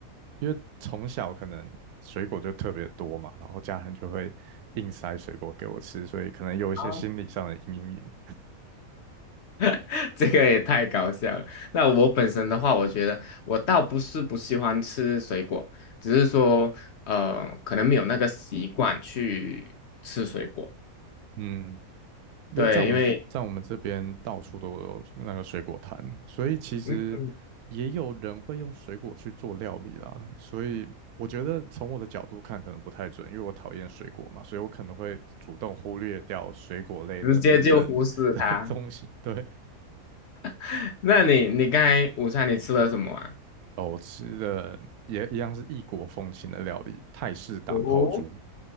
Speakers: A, on the right; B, on the left.
A: 因为从小可能水果就特别多嘛，然后家人就会硬塞水果给我吃，所以可能有一些心理上的阴影。
B: 啊？<laughs> 这个也太搞笑了。那我本身的话，我觉得我倒不是不喜欢吃水果，只是说呃，可能没有那个习惯去吃水果。
A: 嗯。因为在我们这在我们这边到处都有那个水果摊，
B: 对，因为
A: 所以其实也有人会用水果去做料理啦。
B: 嗯
A: 所以我觉得从我的角度看可能不太准，因为我讨厌水果嘛，所以我可能会主动忽略掉水果类的烹饪
B: 直接就忽视它。
A: <laughs> 的东西。对，
B: <laughs> 那你你刚才午餐你吃了什么啊？
A: 哦我吃的也一样是异国风情的料理，泰式打抛猪，
B: 哦